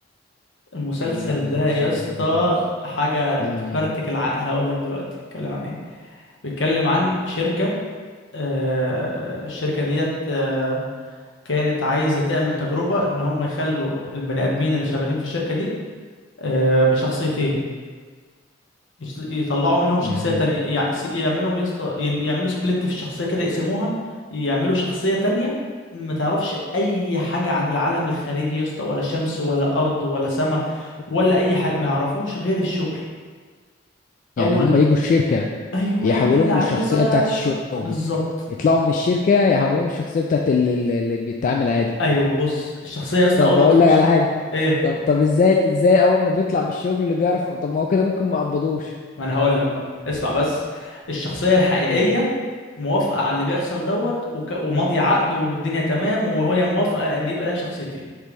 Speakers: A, on the left (about 80°); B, on the left (about 45°).
A: المسلسل
B: لا ده معرفش
A: ده يا
B: عنه
A: اسطى
B: حاجة خالص
A: حاجه
B: اتكلم
A: تفرتك
B: عن ايه بقى
A: العقل هقول لك دلوقتي اتكلم عن ايه بيتكلم عن شركه آه، الشركه ديت آه، كانت عايزة تعمل تجربة إن هم يخلوا البني آدمين اللي شغالين في الشركة دي آه، بشخصيتين يش- يطلعوا منهم
B: يعني
A: شخصية تانية يع- س- يعملهم يسطا يعملوا سبليت في الشخصية كده يقسموها يعملوا شخصية تانية ما تعرفش أي حاجة عن العالم الخارجي يا اسطى ولا شمس ولا أرض ولا سماء
B: ايه
A: ولا أي حاجة ما يعرفوش غير الشغل
B: يعني
A: أول
B: هم يجوا الشركة
A: أيوه
B: يحولوهم
A: يا ابن اللعيبة
B: للشخصية بتاعت الشغل
A: بالظبط
B: يطلعوا من الشركة يحولوهم الشخصية بتاعت ال- ال- اللي بيتعامل عادي
A: أيوه بص الشخصية يا اسطى
B: طب
A: أول
B: اقول
A: ما تخش
B: لك على حاجة
A: إيه
B: طب طب ازاي ازاي اول ما بيطلع من الشغل اللي بيعرف طب ما هو كده ممكن ما يقبضوش
A: ما انا هقول لك بقى اسمع بس الشخصية الحقيقية
B: آه.
A: موافقة على اللي بيحصل دوت وك... وماضية عقد والدنيا تمام وهي موافقة ان يبقى لها شخصيتين